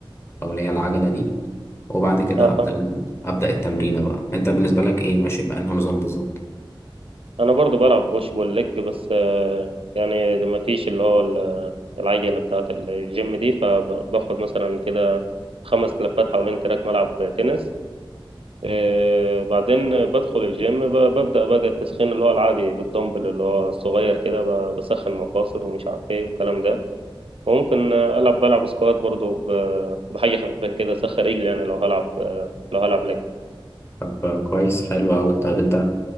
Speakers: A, on the left; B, on the right.
A: او اللي هي العجله دي وبعد كده
B: اه
A: أبدأ
B: فاهم
A: أبدأ التمرين بقى أنت بالنسبة لك إيه ماشي بأنه نظام بالظبط
B: أنا برضو بلعب بوش بول ليج بس آه، يعني ما فيش اللي هو ال- العجلة بتاعة الجيم دي فباخد مثلا كده خمس لفات حوالين تراك ملعب تنس آه، بعدين بدخل الجيم ب- ببدأ بقى التسخين اللي هو العادي بالدمبل اللي هو الصغير كده ب- بسخن مفاصل ومش عارف ايه والكلام ده وممكن آه، ألعب بلعب سكوات برضو ب- بحاجة خفيفة كده أسخن رجلي يعني لو هلعب آه، لو هلعب لك
A: طب كويس حلو أوي طيب أنت